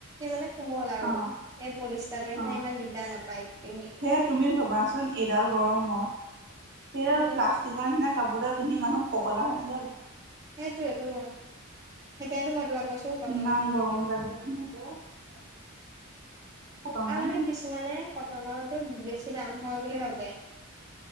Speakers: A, on the right (about 15°); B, on the right (about 50°).
A: মানে কোমল আৰু
B: অ'
A: এই পলিষ্টাৰ
B: অ'
A: ইমান দিগদাৰ নাপায় পিন্ধি।
B: সেয়ে তুমি ভবাচোন এইডাল গৰমত সেই
A: উম,
B: প্লাষ্টিকৰ নিচিনা কাপোদা পিন্ধি মানুহ পগলা হৈ নাযাব।
A: সেইটোৱেইতো সেইকাৰণে মই তোমাক কৈছোঁ কটনৰ
B: ইমান
A: কিনিবা বুলি।
B: <unintelligible> কটনৰে
A: তা মানে
B: পিন্ধো।
A: কিছুমানে কটনৰতো বেছি দাম হয় বুলি ভাবে।